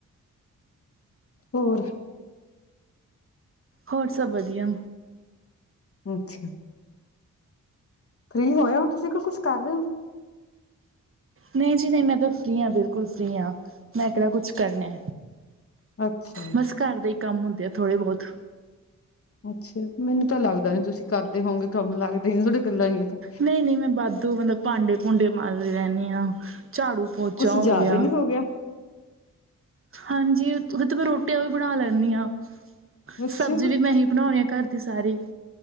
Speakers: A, on the left; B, on the right.
A: ਹੋਰ।
B: ਹੋਰ ਸਭ ਵਧੀਆ।
A: ਅੱਛਾ। ਫ੍ਰਰੀ ਹੋਏ ਤੁਸੀਂ ਕੋ ਕੁਛ ਕਰ ਰਹੇ ਹੋ?
B: ਨਹੀਂ ਜੀ ਨਹੀਂ। ਮੈਂ ਤਾਂ ਫ੍ਰਰੀ ਹਾਂ ਬਿਲਕੁਲ ਫ੍ਰੀ ਹਾਂ ਮੈਂ ਕਿਹੜਾ ਕੁਛ ਕਰਨਾ।
A: ਅੱਛਾ ਜੀ।
B: ਬਸ ਘਰ ਦੇ ਹੀ ਕੰਮ ਹੁੰਦੇ ਆ ਥੋੜ੍ਹੇ ਬਹੁਤ।
A: ਅੱਛਾ, ਮੈਨੂੰ ਤਾਂ ਲੱਗਦਾ ਨੀ ਤੁਸੀਂ ਕਰਦੇ ਹੋਗੇ ਕੰਮ ਲੱਗ ਦਾ ਨੀ ਸੋਡੀਆਂ ਗੱਲਾਂ ਜਹੀਆਂ ਤੋਂ।
B: ਨਹੀਂ -ਨਹੀਂ। ਮੈਂ ਵਾਧੂ ਮਤਲਬ ਭਾਂਡੇ-ਭੂੰਡੇ ਮਾਂਜ ਲੈਣੀ ਹਾਂ ਝਾੜੂ-ਪੋਚਾ
A: ਕੁਛ
B: ਹੋ
A: ਜ਼ਿਆਦਾ
B: ਗਿਆ।
A: ਨੀ ਹੋ
B: ਹਾਂਜੀ ਉਹਦੇ ਮੈਂ ਰੋਟੀਆਂ ਵੀ ਲੈਣੀ ਹਾਂ।
A: ਅੱਛਾ
B: ਸਬਜੀ ਵੀ ਮੈਂ ਹੀ ਬਣਾਉਣੀ ਆ ਘਰ ਦੀ ਸਾਰੀ।